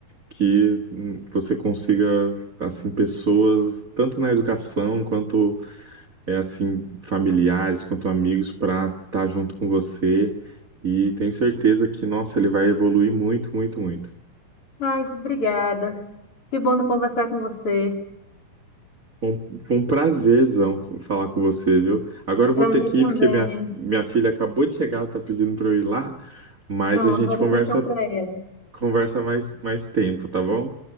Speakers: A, on the right (about 60°); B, on the left (about 40°).
A: que hum, você consiga assim pessoas tanto na educação quanto é assim familiares, quanto amigos para estar junto com você. E tenho certeza que, nossa, ele vai evoluir muito, muito, muito.
B: ai, obrigada. Que bom conversar com você.
A: Foi um foi um prazerzão falar com você, viu? Agora eu vou
B: Prazer
A: ter que
B: também.
A: ir porque minha, minha filha acabou de chegar, tá pedindo pra eu ir lá, mas
B: Pronto,
A: a gente
B: vou dar
A: conversa
B: atenção para ela.
A: conversa mais mais tempo, tá bom?